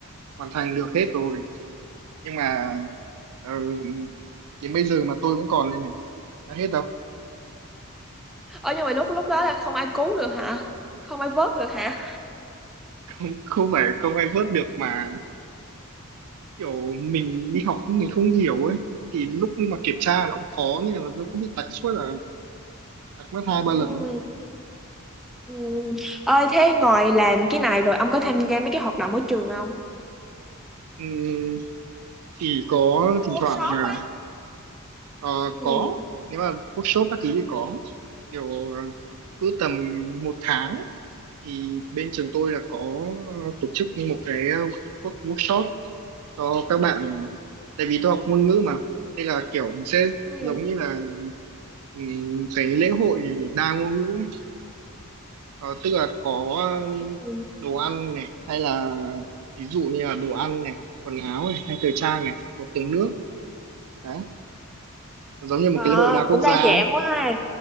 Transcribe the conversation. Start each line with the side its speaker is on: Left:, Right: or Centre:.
Right: hoàn thành được hết rồi nhưng mà ờ, đến bây giờ mà tôi vẫn còn đây này đã hết đâu
Centre: ờ nhưng mà lúc lúc đó là không ai cứu được hả không ai vớt được hả
Right: <laughs> không, không phải không ai vớt được mà kiểu mình đi học mình không hiểu ấy thì lúc mà kiểm tra nó cũng khó nên là nó cũng bị tạch suốt là tạch mất hai
Centre: ừ,
Right: ba lần ấy.
Centre: ừ. ơi thế ngoài làm cái này rồi ông có tham gia mấy cái hoạt động ở trường không
Right: Ừm, chỉ có
Centre: Mấy cái
Right: thỉnh
Centre: workshop
Right: thoảng là
Centre: á
Right: ờ,
Centre: ừ
Right: có nếu mà workshop các thứ thì có kiểu ờ, cứ tầm một tháng thì bên trường tôi là có tổ chức như một cái ờ, work- workshop cho các bạn tại vì tôi học ngôn ngữ mà nên là kiểu nó sẽ
Centre: ừ
Right: giống như là ừm, cái lễ hội đa ngôn ngữ ấy. Ờ, tức là có ờ,
Centre: ừ
Right: đồ ăn này hay là ví dụ như là đồ ăn này quần áo này hay thời trang này có tiếng nước đấy giống như một
Centre: Ờ,
Right: cái lễ hội đa quốc
Centre: cũng
Right: gia
Centre: đa dạng
Right: ấy.
Centre: quá ha